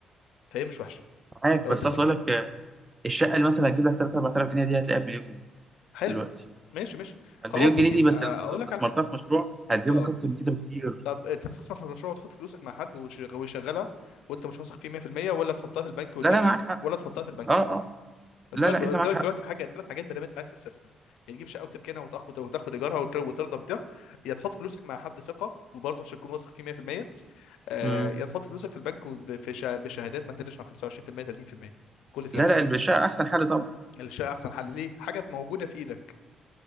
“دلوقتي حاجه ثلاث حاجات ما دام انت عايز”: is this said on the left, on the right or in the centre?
Left